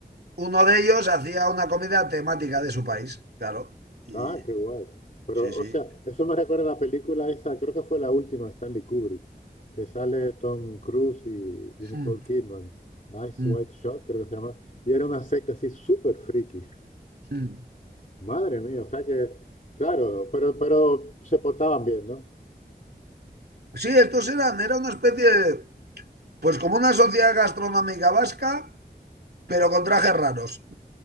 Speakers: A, on the right; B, on the left.
A: uno de ellos hacía una comida temática de su país, claro. Y
B: Ah, qué guay. Pero,
A: sí, sí.
B: o sea, eso me recuerda a la película esa, creo que fue la última de Stanley Kubrick, que sale Tom Cruise y, y Nicole
A: Mm,
B: Kidman. Ice
A: mm,
B: White Shot, creo que se llama. Y era una secta así súper friki.
A: mm.
B: Madre mía, o sea que, claro, pero, pero se portaban bien, ¿no?
A: Sí, estos eran, era una especie, de- pues como una sociedad gastronómica vasca, pero con trajes raros.